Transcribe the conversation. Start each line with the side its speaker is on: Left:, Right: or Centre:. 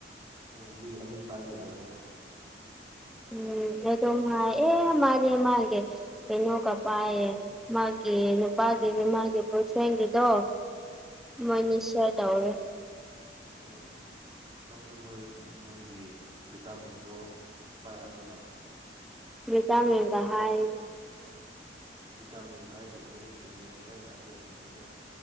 Right: ꯎꯝ ꯃꯤ ꯑꯅꯤ ꯄꯥꯏꯕ ꯌꯥꯕꯅꯦ
Centre: ꯎꯝ ꯑꯦꯗꯣꯝ ꯍꯥꯏ ꯑꯦ ꯃꯥꯗꯤ ꯃꯥꯒꯤ ꯀꯩꯅꯣꯒ ꯄꯥꯏꯌꯦ ꯃꯥꯒꯤ ꯅꯨꯄꯥꯒꯤꯗꯤ ꯃꯥꯒꯤ ꯕꯣꯏ ꯐ꯭ꯔꯦꯟꯒꯤꯗꯣ ꯃꯣꯏꯅꯤ ꯁꯤꯌꯔ ꯇꯧꯔꯦ
Right: ꯎꯝ ꯎꯝ ꯅꯪꯁꯨ ꯅꯣꯏ ꯅꯣꯏꯒꯤ ꯚꯤꯇꯥꯃꯤꯟꯗꯣ ꯄꯥꯏꯍꯜꯂꯣꯅ
Centre: ꯚꯤꯇꯥꯃꯦꯟꯒ ꯍꯥꯏꯌꯦꯅꯦ
Right: ꯚꯤꯇꯥꯃꯤꯟ ꯍꯥꯏꯒꯗꯧꯕꯅꯦꯍꯦ ꯆꯨꯝꯕꯅꯤ ꯑꯩꯅ ꯍꯥꯏꯕ ꯆꯨꯝꯕꯅꯤꯅ